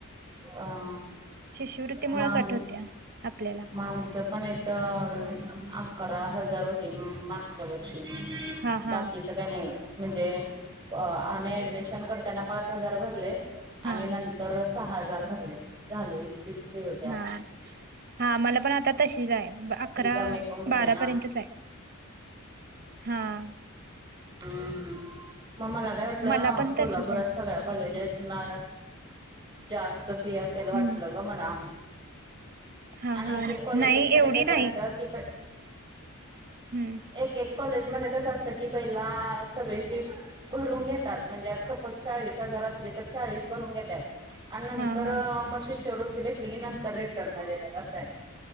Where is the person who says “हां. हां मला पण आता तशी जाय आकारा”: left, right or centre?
Right